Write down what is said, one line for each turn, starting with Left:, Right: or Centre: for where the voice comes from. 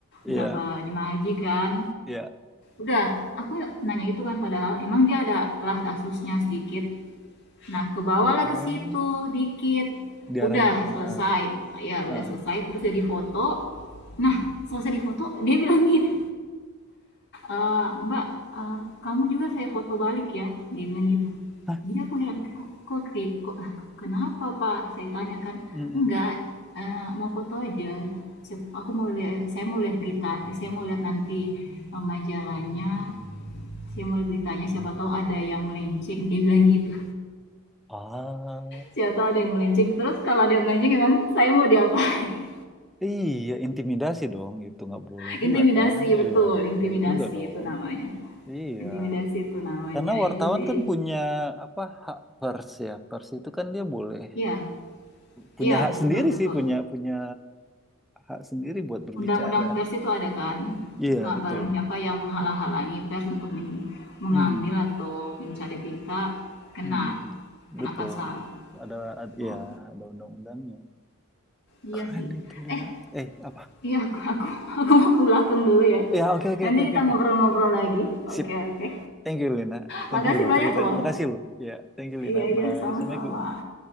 Centre: Iya
Left: berapa jemaah haji kan.
Centre: iya.
Left: Udah, aku nanya itu kan padahal emang dia ada lah kasusnya sedikit Nah, ke bawah lah
Centre: Oh
Left: ke situ dikit.
Centre: diarahin
Left: Udah
Centre: ke sana.
Left: selesai.
Centre: Ah,
Left: Ya, udah
Centre: ah.
Left: selesai terus jadi foto. Nah, selesai di foto dia bilang gini, "Eh, Mbak, eh, kamu juga saya foto balik ya." Dia bilang gitu.
Centre: Hah?
Left: Jadi aku heran, "Kok kok, kayak- kok ah, kenapa, Pak?" Saya tanya kan.
Centre: Mhm.
Left: "Enggak, eh, mau foto aja. Aku mau lihat saya mau lihat berita, saya mau lihat nanti eh, majalahnya." Saya mau lihat beritanya siapa tahu ada yang melenceng, dia bilang gitu.
Centre: Ah
Left: Siapa tahu ada yang melenceng. Terus kalau ada yang melenceng emang saya mau diapain?
Centre: iya intimidasi dong itu nggak
Left: <laughs>
Centre: boleh juga
Left: intimidasi
Centre: kan?
Left: betul,
Centre: Iya nggak
Left: intimidasi
Centre: boleh juga dong.
Left: itu namanya.
Centre: Iya.
Left: Intimidasi itu namanya.
Centre: Karena
Left: Iya
Centre: wartawan
Left: sih.
Centre: kan punya apa hak pers ya. Pers itu kan dia boleh
Left: Iya,
Centre: punya
Left: iya
Centre: hak sendiri
Left: betul betul.
Centre: sih punya punya hak sendiri buat berbicara
Left: Undang-undang pers itu ada kan?
Centre: iya
Left: Nggak
Centre: betul
Left: bareng siapa yang menghalang-halangi pers untuk men- mengambil
Centre: Mm-mm.
Left: atau mencari berita kena
Centre: Mm-mm.
Left: kena
Centre: betul
Left: pasal.
Centre: ada ad-
Left: Oh,
Centre: ya ada undang-undangnya
Left: iya
Centre: keren
Left: sih.
Centre: itu Lina
Left: Eh,
Centre: eh apa
Left: iya aku aku aku mau ke belakang dulu ya.
Centre: ya oke oke
Left: Nanti
Centre: oke oke
Left: kita
Centre: oke
Left: ngobrol-ngobrol lagi. Oke,
Centre: sip
Left: oke.
Centre: thank you Lina thank
Left: Makasih
Centre: you lo
Left: banyak
Centre: ceritanya
Left: loh.
Centre: makasih lo ya thank you Lina
Left: Iya iya
Centre: bye
Left: sama-sama.
Centre: assalamualaikum